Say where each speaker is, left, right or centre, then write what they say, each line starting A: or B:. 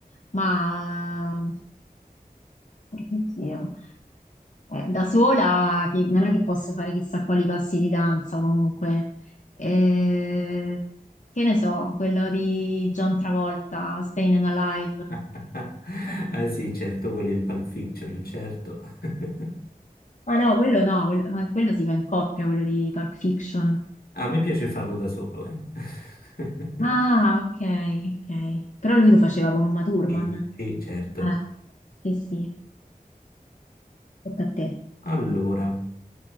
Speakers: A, on the left; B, on the left.
A: Ma, oddio, eh, da sola chi- non è che posso fare chissà quali passi di danza comunque. Eh, che ne so, quello di John Travolta, Stayin' Alive.
B: <laughs> Ah sì, certo, quello in Pulp Fiction, certo. <laughs>
A: Ah no, quello no, quello, ma quello si fa in coppia, quello di Pulp Fiction.
B: A me piace farlo da solo, eh. <laughs>
A: Ah, ok, ok. Però lui lo faceva con Uma Thurman.
B: Sì,
A: Eh,
B: sì, certo.
A: sì, sì, tocca a te.
B: Allora,